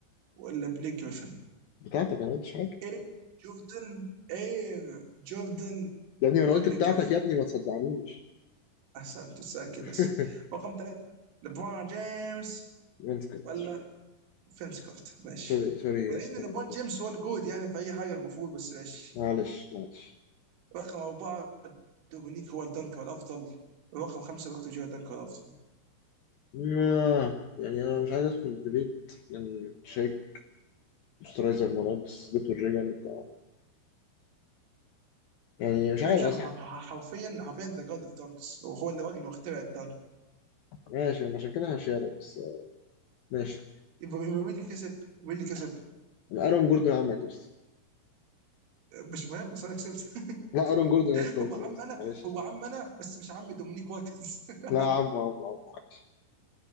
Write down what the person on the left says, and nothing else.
بتاعتك انا ما قلتش حاجه
يا ابني ما انا
قلت
بتاعتك
يا ابني ما تصدعنيش
<laughs>
وينسكوت
سوري سوري
استنى
معلش معلش
ما- يعني انا مش عايز ادخل ديبيت لان شايف مسترايزر مولانا بس دكتور رجع من الطعام يعني مش
عارف
اصح
ماشي انا عشان كده هشيلك بس آه، ماشي
ارون جوردن عمك يا اسطى
لا ارون جوردن يا اسطى
يكسب
يا اسطى
معلش
لا
عمو عمو عمو معلش